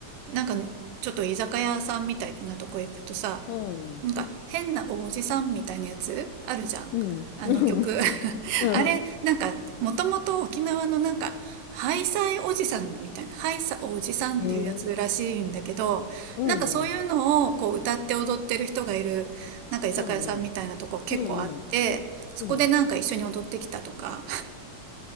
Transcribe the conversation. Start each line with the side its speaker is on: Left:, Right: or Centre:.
Right: なんかちょっと居酒屋さんみたいなとこ行くとさ、
Left: うん。
Right: なんか変なおじさんみたいなやつあるじゃん。
Left: うん。
Right: あの曲。
Left: うん。
Right: <laughs>
Left: うん。
Right: あれ、なんかもともと沖縄のなんかハイサイおじさんみたいな、ハイサおじさんっていうやつらしいんだけど、
Left: へえ。うんうん。
Right: なんかそういうのをこう歌って踊ってる人がいる、なんか居酒屋さんみたいなとこ結構あって、
Left: うんうん。うんうん。
Right: そこでなんか一緒に踊ってきたとか
Left: うん。